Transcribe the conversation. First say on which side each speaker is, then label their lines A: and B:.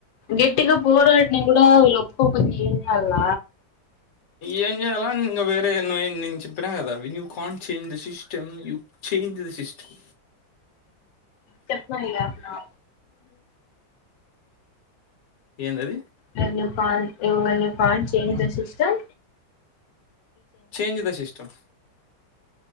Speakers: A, on the left; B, on the left.
A: గట్టిగ పోరాడినా కూడా వీళ్ళు ఒప్పుకోకపోతే ఏం చేయాల
B: ఏంచేయాల ఇంగ వేరే నే నేను చెప్పిన కదా when you can't change the system you change system
A: చెప్ప వే ఇగ అట్ల
B: ఏందది
A: when you can't you when you can't change the system
B: change the system